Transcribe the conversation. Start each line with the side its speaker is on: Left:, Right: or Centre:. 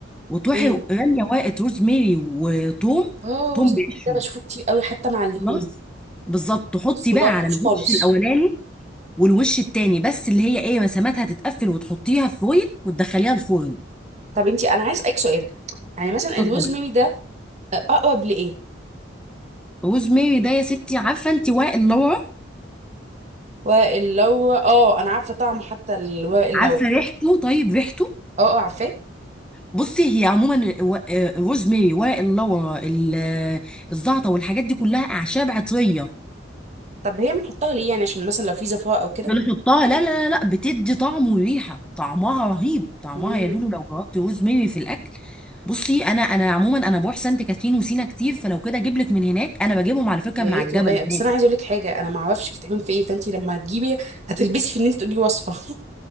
Centre: وتروحي
Right: امم
Centre: راميه ورقه روزماري وتوم
Right: اه
Centre: توم
Right: وزن
Centre: بقشره
Right: ده بشوفه كتير قوي حتى مع اللحوم
Centre: خلاص بالظبط تحطي
Right: بس ما
Centre: بقى
Right: جربتوش
Centre: على الوش
Right: خالص
Centre: الاولاني والوش التاني بس اللي هي ايه مساماتها تتقفل وتحطيها في فويل وتدخليها الفرن
Right: طب انتي انا عايز اسالك سؤال يعني مثلا
Centre: اتفضلي
Right: الروز ميري ده آه، اقرب لايه
Centre: روز ماري ده يا ستي عارفه انت ورق اللورا
Right: ورق اللورا اه انا عارفه طعمه حتى الورق اللورا
Centre: عارفه ريحته طيب ريحته
Right: اه اه عارفاه
Centre: بصي هي عموما الو- آه، الروز ماري ورق اللورا ال- آه، الزعتر والحاجات دي كلها اعشاب عطريه
Right: طب هي بنحطها ليه يعني عشان مثلا لو في زفاة او كده
Centre: بنحطها لا لا لا لا بتدي طعم وريحه طعمها رهيب طعمها
Right: امم
Centre: يا لولو لو جربتي روز ماري في الاكل بصي انا انا عموما انا بروح سانت كاترين وسينا كتير فلو كده اجيب لك من هناك انا بجيبهم على فكره
Right: يا
Centre: من
Right: ريت
Centre: على الجبل
Right: والله بس
Centre: هناك
Right: انا عايزه اقول لك حاجه انا ما اعرفش بتتعمل في ايه فانت لما هتجيبي هتلبسي في ان انت تقولي وصفه